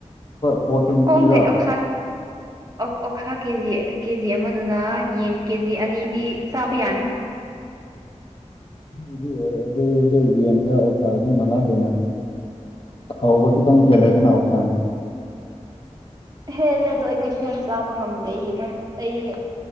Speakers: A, on the left; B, on the right.
A: ꯐꯣꯔ ꯇ꯭ꯋꯦꯟꯇꯤꯔ
B: ꯍꯣꯡꯗꯦ ꯑꯣꯛꯁꯥ ꯑꯣꯛꯁꯥ ꯀꯦ ꯖꯤ ꯀꯦ ꯖꯤ ꯑꯃꯗꯨꯅ ꯌꯦꯟ ꯀꯦ ꯖꯤ ꯑꯅꯤꯗꯤ ꯆꯥꯕ ꯌꯥꯅꯤ
A: ꯑꯗꯨꯗꯤ ꯑꯣꯏꯔꯁꯨ ꯌꯦꯟꯒ ꯑꯣꯛꯁꯥꯒꯗꯤ ꯃꯥꯟꯅꯗꯦꯗꯅ ꯍꯥꯎꯖ ꯈꯤꯇꯪ ꯍꯦꯟꯂꯦꯗꯅ ꯑꯣꯛꯁꯥꯅ
B: ꯍꯦꯜꯂꯦ ꯑꯗꯣ ꯑꯩ ꯀꯩꯁꯨ ꯌꯥꯝ ꯆꯥꯕ ꯉꯝꯗꯦ ꯑꯩ